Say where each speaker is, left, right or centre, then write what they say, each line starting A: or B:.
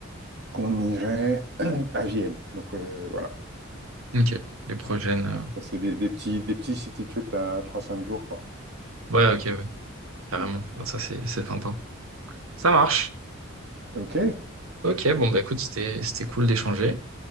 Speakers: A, on the right; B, on the right.
A: qu'on irait <clears throat> à Vienne. Donc, euh, voilà.
B: ok. Les prochaines... euh,
A: Donc, ça, c'est des, des petits, des petits city trips à trois cinq jours, quoi.
B: Ouais, ok, ouais. Carrément.
A: Mm.
B: Bon, ça, c'est c'est sympa. Ça marche.
A: OK,
B: Ok, bon, bah écoute, c'était c'était cool d'échanger.